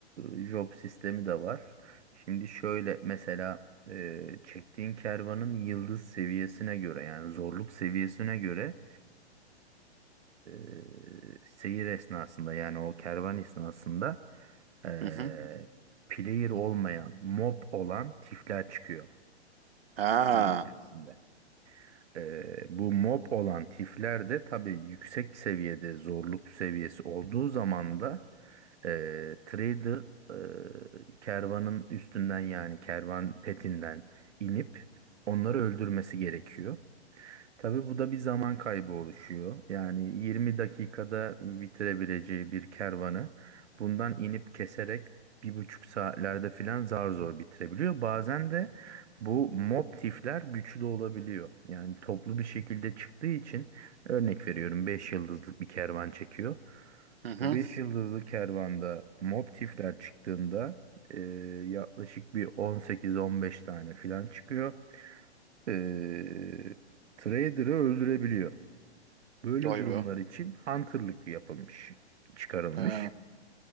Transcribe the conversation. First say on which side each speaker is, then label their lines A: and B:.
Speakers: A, on the right; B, on the right.
A: job sistemi de var. Şimdi şöyle mesela e, çektiğin kervanın yıldız seviyesine göre yani zorluk seviyesine göre e, seyir esnasında yani o kervan esnasında e,
B: Hı hı.
A: player olmayan mob olan tifler çıkıyor
B: Ha.
A: oyun içerisinde. Ee, bu mob olan tifler de tabii yüksek seviyede zorluk seviyesi olduğu zaman da e, trader e, kervanın üstünden yani kervan petinden inip onları öldürmesi gerekiyor. Tabii bu da bir zaman kaybı oluşuyor. Yani 20 dakikada bitirebileceği bir kervanı bundan inip keserek bir buçuk saatlerde filan zar zor bitirebiliyor. Bazen de bu mob tifler güçlü olabiliyor. Yani toplu bir şekilde çıktığı için örnek veriyorum 5 yıldızlık bir kervan çekiyor.
B: Hı hı.
A: Bu 5 yıldızlı kervanda mob tifler çıktığında eee, yaklaşık bir 18-15 tane filan çıkıyor eee trader'ı öldürebiliyor. Böyle
B: Vay
A: durumlar
B: be.
A: için hunter'lık yapılmış, çıkarılmış.
B: Ha.